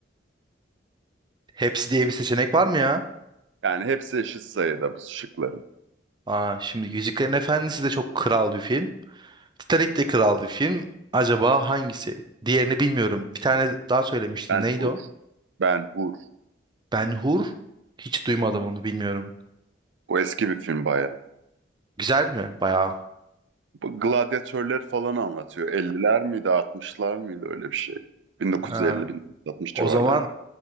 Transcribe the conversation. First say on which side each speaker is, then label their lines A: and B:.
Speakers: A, on the right (about 25°); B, on the right (about 80°).
A: Hepsi diye bir seçenek var mı ya?
B: Yani hepsi eşit sayıda bu şıkların.
A: Aa, şimdi Yüzüklerin Efendisi de çok kral bir film. Titanic de kral bir film. Acaba hangisi? Diğerini bilmiyorum. Bir tane daha söylemiştim.
B: Ben-Hur,
A: Neydi o?
B: Ben-Hur.
A: Ben Hur. Hiç duymadım onu bilmiyorum.
B: Bu eski bir film bayağı.
A: Güzel mi? Bayağı.
B: Bu gladyatörler falan anlatıyor. 50'ler miydi, 60'lar mıydı öyle bir şey. 1950-1960
A: Ee,
B: civarları.
A: o zaman